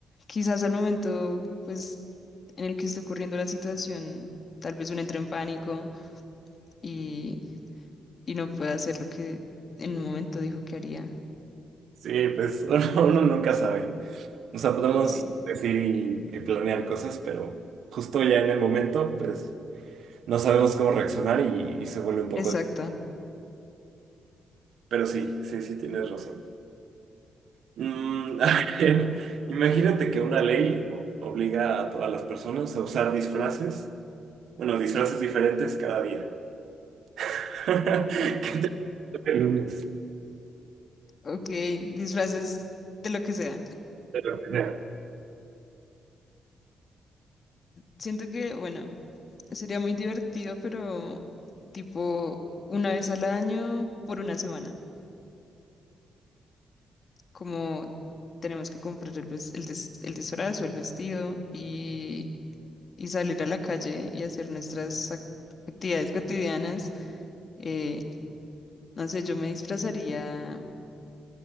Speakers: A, on the left; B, on the right.
A: quizás al momento, pues, en el que esté ocurriendo la situación, tal vez uno entre en pánico y, y no pueda hacer lo que en un momento dijo que haría.
B: sí, pues <laughs> uno, uno nunca sabe. O sea, podemos
A: Sí,
B: decir y, y planear cosas, pero justo ya en el momento, pues no sabemos cómo reaccionar y, y se vuelve un poco...
A: exacto.
B: Pero sí, sí, sí, tienes razón. Mm, <laughs> a
A: Bu-
B: ver, imagínate que una ley o- obliga a todas las personas a usar disfraces, bueno, disfraces diferentes cada día. <laughs> ¿Qué te toca el lunes?
A: ok, disfraces de lo que sea.
B: De lo que sea.
A: Siento que, bueno, sería muy divertido, pero tipo una vez al año por una semana. Como tenemos que comprar el, ves- el, dis- el disfraz o el vestido y y salir a la calle y hacer nuestras ac- actividades cotidianas. eh, no sé, yo me disfrazaría